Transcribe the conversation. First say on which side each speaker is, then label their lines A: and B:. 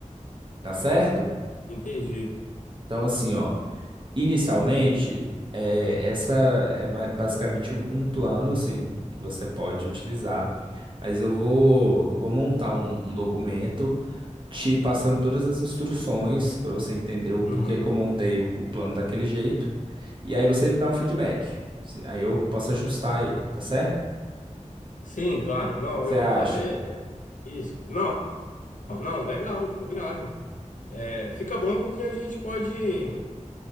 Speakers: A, on the right; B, on the left.
A: tá certo?
B: Entendi.
A: Então assim, ó, inicialmente, é, essa é ma- basicamente um plano, assim, que você pode utilizar, mas eu vou, eu vou montar um, um documento te passando todas as instruções para você entender o porquê
B: Uhum.
A: que eu montei o, o plano daquele jeito. E aí você me dá um feedback. Se- Aí eu posso ajustar ele, tá certo?
B: Sim, claro. Não,
A: O que que você
B: eu
A: acha?
B: vou fazer eh, isso. Não, Não, legal, combinado. É, fica bom porque a gente pode,